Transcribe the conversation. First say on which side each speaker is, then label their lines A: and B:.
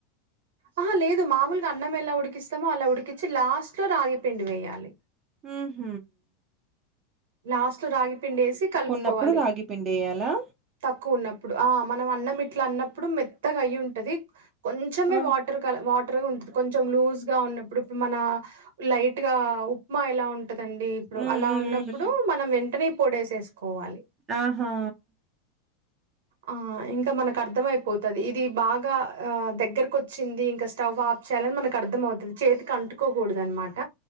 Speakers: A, on the right; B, on the right.
A: ఆహా లేదు మామూలుగా అన్నం ఎలా ఉడికిస్తామో అలా ఉడికించిి లాస్ట్ లో రాగి పిండి వేయాలి
B: హ హ
A: లాస్ట్ లో రాగి పిండి వేసి కలుపుకోవాలి
B: ఉన్నప్పుడు రాగి పిండి ఎయ్యాలా
A: తక్కువ ఉన్నప్పుడు ఆ మనం అన్నమిట్ల అన్న అప్పుడు మెత్తగా అయి ఉంటది కొంచమే
B: ఆ
A: వాటర్ కల వాట గా ఉంటంది కొంచం లూజ్ గా ఉన్నప్పుడు ఇప్పుడు మన లైట్ గా ఉప్మా ఎలా ఉంట ఉంటదండి ఇప్పుడు
B: ఉమ్
A: అలా ఉన్న ఇప్పుడు మనం వెంటనే పొడేసేసుకోవాలి
B: ఆహా
A: ఆ ఇంకా మనకు అర్థం అయిపోతుది ఇది బాగా ఆ దగ్గరకు వచ్చింది ఇంకా స్టవ్ ఆఫ్ చేయాలని మనకు అర్థంమవుతుది చేతికి అంటుకోకూడదు అనమాట